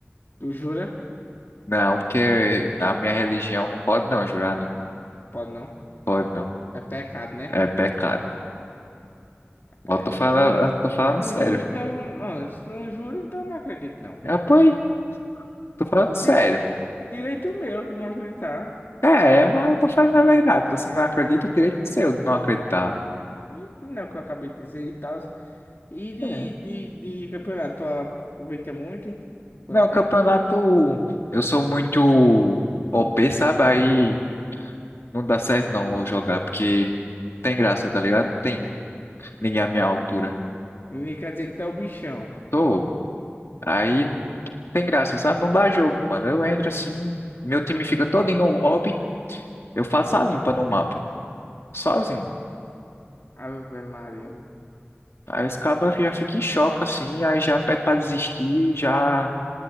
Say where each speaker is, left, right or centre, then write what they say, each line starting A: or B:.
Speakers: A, on the left; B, on the left.
A: Tu jura?
B: Não, porque na minha religião não pode não jurar.
A: Pode não.
B: Pode não.
A: É pecado, né?
B: É pecado. Eu
A: Ah,
B: tô
A: Então
B: falando,
A: não, ju-
B: eu tô falando
A: não
B: sério.
A: juro, então. Não, se não juro, então não acredito, não.
B: Ah, pô, aí, tô falando sério.
A: Di- direito meu que não acreditar.
B: É, mas eu tô falando a verdade. Então, Você não acredita, o direito é seu de não acreditar.
A: E que Não, é o que eu acabei de dizer e tal. E de,
B: É.
A: de, de campeonato, tu aproveita muito quando
B: Não,
A: tem.
B: campeonato. Eu sou muito OP, sabe? Aí não dá certo não eu jogar, porque tem graça, tá ligado? Não tem ninguém à minha altura.
A: E quer dizer que tá o bichão.
B: Tô. Aí não tem graça, sabe? Não dá jogo, mano. Eu entro assim, meu time fica todo indo no lobby, eu faço a limpa no mapa, sozinho.
A: Ave Maria.
B: Aí os cabas já ficam em choque, assim, aí já pede pra desistir, já,